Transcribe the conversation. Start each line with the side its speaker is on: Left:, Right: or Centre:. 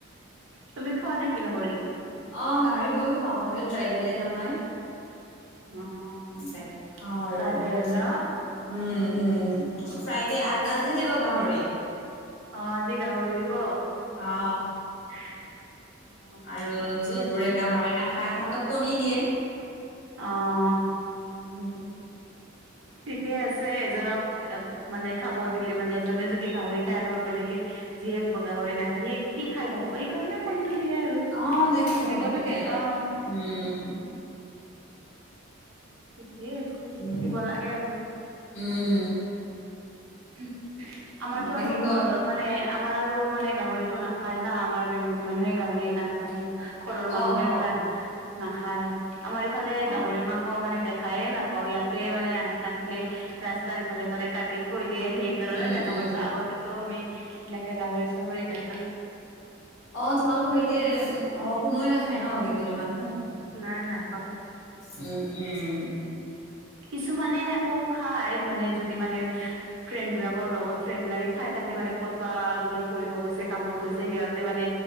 Right: তুমি খোৱা নেকি গাহৰি?
Left: অ গাহৰি ময়ো খাওঁ ময়ো ট্ৰাইবেলে নহয়।
Right: অ'
Left: তেনে খাওঁ আৰু
Right: চাগে
Left: উম।
Right: ন
Left: উম, ফ্ৰাইডে আ আজি দিব গাহৰি।
Right: অ আজি গাহৰি দিব।
Left: অ
Right: <unintelligible>
Left: আৰু
Right: ঠিকেই
Left: যোনবোৰে
Right: আছে
Left: গাহৰি নাখায় তাহাঁতক কণী দিয়ে।
Right: অ'
Left: উম।
Right: ঠিকে আছে এজনক মানে খাব দিলে মানে এজনে যদি গাহৰি খায় আৰু বেলেগে যিয়ে গাহৰি নেখায় সিয়ে কি খাই থাক ব এই কাৰণে কণীটো দিয়ে আৰু
Left: অ', তাকে কণীটো
Right: দিব লাগে
Left: দিয়ে।
Right: অ।
Left: উম,
Right: ঠিকেই আছে
Left: উম,
Right: দিব লাগে আৰু।
Left: উম,
Right: উমহ, আমাৰটো
Left: বাকী
Right: আৰু
Left: গৰ
Right: ঘৰত মানে আমাৰ আৰু মানে গাহৰিতো নাখায় না আমাৰ বেংগলী মানুহে গাহৰি নাখায় আৰু ঘৰৰ মানুহে
Left: অ', অ',
Right: এইবিলাক নাখায়, আমাৰ ইফালে
Left: অ',
Right: গাহৰিৰ মাংস মানে খায়ে নাপাওঁ ইয়াতে মানে থাকিলে ৰাস্তাৰ ইফালে -সিফালে কাটি থৈ দিয়ে সেইকাৰণে
Left: উম,
Right: দেখা
Left: উম।
Right: পাইছোঁ আগতেটো আমি এনেকে গাহৰি চাহৰি দেখ
Left: অ তোমালোকৰ সেইতে অ কোনোৱে নাখায় ন? বেংগলী মানুহ?
Right: নাৰ নাখাই
Left: উম উম
Right: কিছুমানে আকৌ খাই মানে যদি মানে ফ্ৰেণ্ড বিলাকৰ লগত ফ্ৰেণ্ড বিলাকে খাই থাকে মানে ক'ত বা দূৰত কৰিব গৈছে কামত গৈছে সিহঁতে মানে